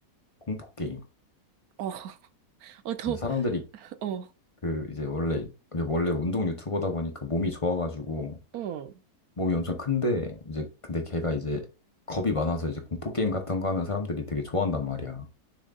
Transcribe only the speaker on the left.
공포 게임.
근데 사람들이
그, 이제 원래, 원래 운동 유튜버다 보니까 몸이 좋아가지고,
몸이 엄청 큰데 이제 근데 걔가 이제 겁이 많아서 이제 공포 게임 같은 거 하면 사람들이 되게 좋아한단 말이야.